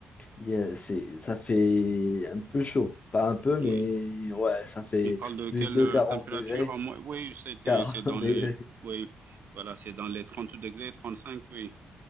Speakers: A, on the left; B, on the right.
A: il y a- c'est, ça fait un peu chaud. Pas un peu,
B: Oui.
A: mais ouais, ça fait
B: On parle de
A: plus
B: quelle
A: de
B: euh,
A: 40
B: température
A: degrés.
B: en moins? Oui, c'était
A: <laughs> quarante
B: c'est dans
A: degrés.
B: les oui voilà c'est dans les 30 degrés, 35. oui